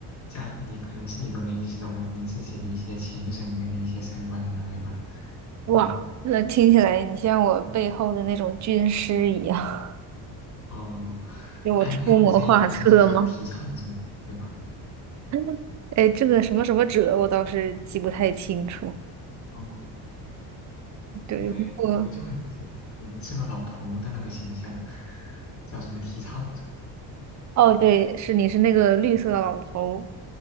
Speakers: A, on the left; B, on the right.
A: 价，你可能自己都没意识到的，你自己的一些潜意识里面的一些三观呀，对吧？
B: 哇，
A: 嗯，
B: 那听起来你像我背后的那种军师一样，
A: 哦
B: <laughs> 就我出谋划策吗？
A: ，INFJ 不是就叫提倡者，对吧？
B: <laughs> 哎，这个什么什么者，我倒是记不太清楚。
A: 哦，
B: 对，
A: 因为我就很记得你是个老头的那个形象，
B: 不过
A: 叫什么提倡者？
B: 哦，对，是你是那个绿色的老头